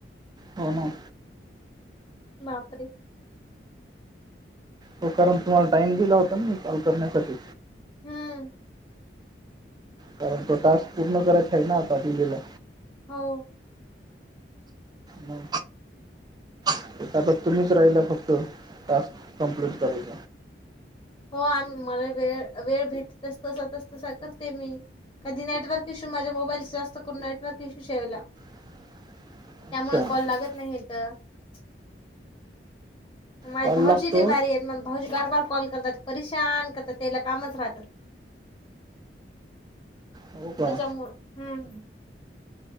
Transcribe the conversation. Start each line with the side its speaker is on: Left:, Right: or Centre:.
Right: हो ना.
Left: बापरे!
Right: हो कारण तुम्हाला टाइम दिला होता ना मी कॉल करण्यासाठी.
Left: हम्म.
Right: कारण तो टास्क पूर्ण करायचा आहे ना आता दिलेला.
Left: हो
Right: हॅलो आता तुम्हीच राहिला फक्त टास्क कमप्लीट करायच
Left: हो आम् मला वेळ वेळ भेट तस तसा तस तसा करते मी कधी नेटवर्क इश्यू माझ्या मोबाईलचा जास्त करून नेटवर्क इशू शेवला
Right: <inaudible> अच्छा
Left: त्यामुळे कॉल लागत नाहीेत इथ माय
Right: कॉल
Left: भाऊजी
Right: लागतो
Left: लय भारी आहेत मला भाऊजी बार बार कॉल करतात परे शान करतात त्याला कामच राहतात
Right: हो का
Left: त्याच्यामुळे हम्म